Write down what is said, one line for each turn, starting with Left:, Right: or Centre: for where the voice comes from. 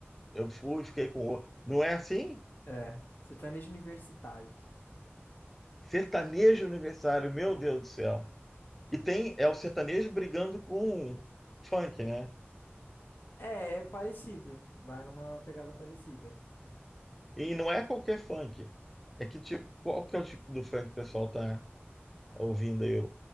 Centre: eu fui, fiquei com o outro. Não é assim?
Left: É, sertanejo universitário.
Centre: Sertanejo aniversário, meu
Left: É.
Centre: Deus do céu. E tem, é o sertanejo brigando com funk, né?
Left: É, é parecido. Vai numa pegada parecida.
Centre: E não é qualquer funk. É que tipo, qual que é o tipo do funk que o pessoal tá ouvindo aí